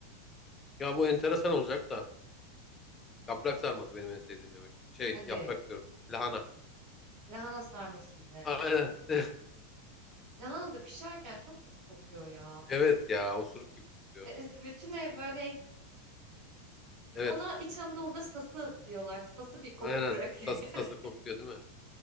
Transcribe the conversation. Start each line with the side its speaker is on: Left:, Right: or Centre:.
Left: Ya bu enteresan olacak da
Right: Hı hı.
Left: yaprak sarması benim en sevdiğim yemek. Şey
Right: Hadi.
Left: yaprak diyorum. Lahana.
Right: Lahana sarması bir de.
Left: Aynen. <laughs>
Right: Lahana da pişerken çok kötü kokuyor ya.
Left: Evet ya osuruk gibi kokuyor.
Right: E, e, bütün ev böyle
Left: Evet.
Right: ona İç Anadolu'da sası diyorlar. Sası bir koku
Left: Aynen.
Right: bırakıyor.
Left: Sası
Right: <laughs>
Left: sası kokuyor değil mi?